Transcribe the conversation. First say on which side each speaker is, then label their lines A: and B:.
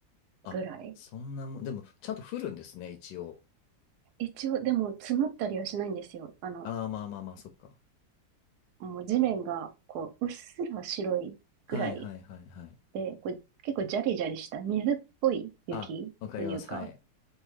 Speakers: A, on the left (about 80°); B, on the right (about 70°).
A: あ、
B: ぐらい。
A: そんなもん、でも、ちゃんと降るんですね、一応。
B: 一応、でも積もったりはしないんですよ。あの、
A: ああ、まあまあまあ、そっか。
B: もう地面がこう、うっすら白いぐらい
A: はいはいはいはい。
B: で、こう結構ジャリジャリした水っぽい雪というか、
A: あ、わかります。はい。